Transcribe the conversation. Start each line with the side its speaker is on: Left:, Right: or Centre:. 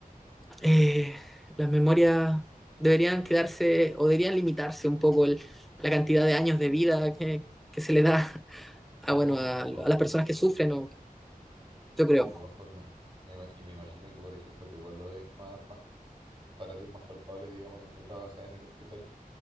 Centre: Eh, las memorias deberían quedarse o deberían limitarse un poco el- la cantidad de años de vida que, que se le da <laughs>
Right: no,
Centre: a, bueno,
Right: <laughs>
Centre: a,
Right: de todas
Centre: a las
Right: formas,
Centre: personas que sufren, o- yo creo.
Right: de todas formas. Me ima- y me imagino que, por ejemplo, tu igual lo es más, más, para ti es más palpable, digamos, donde trabajas en el hospital